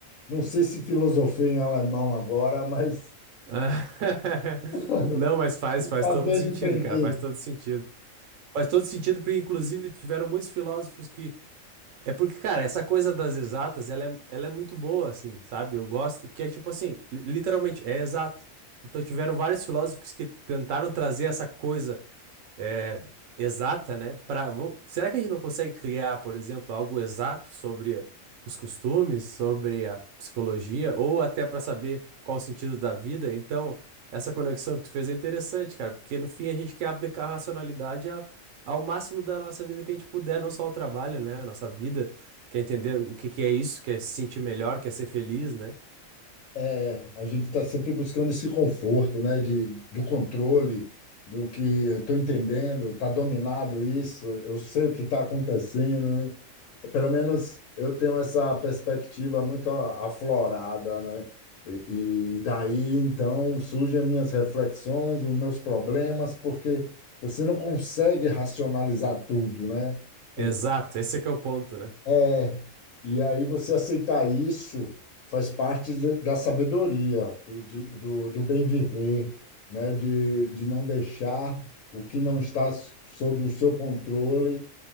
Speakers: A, on the left (about 80°); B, on the right (about 75°).
A: Não sei se filosofei em alemão agora, mas
B: Ah, <laughs>
A: <laughs> quando
B: Não, mas faz,
A: me
B: faz
A: fazer
B: todo sentido,
A: entender,
B: cara, faz todo sentido. Faz todo sentido, porque inclusive tiveram muitos filósofos que É porque, cara, essa coisa das exatas, ela é, ela é muito boa, assim, sabe? Eu gosto que é tipo assim, li- literalmente, é exato. Então tiveram vários filósofos que tentaram trazer essa coisa é, exata, né? Pra, vo- será que a gente não consegue criar, por exemplo, algo exato sobre os costumes, sobre a psicologia, ou até para saber qual o sentido da vida? Então, essa conexão que tu fez é interessante, cara, porque no fim a gente quer aplicar a racionalidade a- ao máximo da nossa vida que a gente puder, não só ao trabalho, né? A nossa vida, quer entender o que que é isso, quer se sentir melhor, quer ser feliz, né?
A: é, a gente está sempre buscando esse conforto, né? De, do controle, do que eu estou entendendo, está dominado isso, eu sei o que está acontecendo, né? Pelo menos eu tenho essa perspectiva muito a- aflorada, né? E, e daí então surgem as minhas reflexões, os meus problemas, porque você não consegue racionalizar tudo, né? Tem
B: Exato, esse é que é o ponto, né?
A: é, e aí você aceitar isso faz parte de- da sabedoria, do, de- do, do bem viver, né? De, de não deixar o que não está s- sob o seu controle